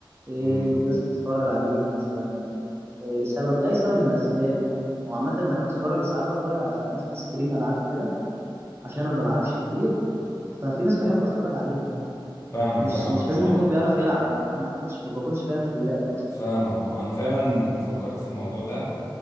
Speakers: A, on the right; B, on the left.
A: إيه
B: امم
A: الناس تتفرج عليك مثلا إيه لسبب لاي سبب من الاسباب يعني وعامه انا بتفرج ساعات بتفرج على ناس بتستريم العاب وكده عشان انا ما بلعبش كتير ففي ناس بحب اتفرج عليها يعني
B: فاهمك
A: مش
B: فاهمك
A: مش
B: انا
A: لازم يكون بيعرف يلعب على فكره انا ما كنتش ما بكونش فاهم في اللعب اصلا
B: فاهمك
A: فاهم؟
B: انا فعلا فكرت في الموضوع ده